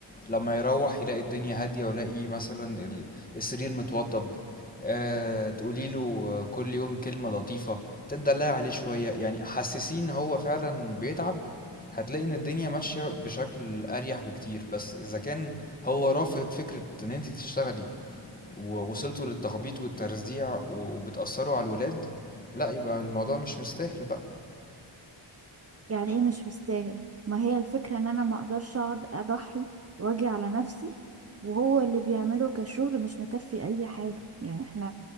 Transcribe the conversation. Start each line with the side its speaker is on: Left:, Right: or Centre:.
Left: لما يروح يلاقي الدنيا هاديه ويلاقي مثلا ال- السرير متوضب أه تقولي له كل يوم كلمه لطيفه تدلعي عليه شويه يعني حسسين ان هو فعلا بيتعب هتلاقي ان الدنيا ماشيه بشكل اريح بكتير بس اذا كان هو رافض فكره ان انت تشتغلي ووصلتوا للتخبيط والترزيع و- وبتأثروا على الولاد لا يبقى الموضوع مش مستاهل بقى
Right: يعني ايه مش مستاهل ما هي الفكرة ان انا ما اقدرش اقعد اضحي واجي على نفسي وهو اللي بيعمله كشغل مش مكفي اي حاجة يعني احنا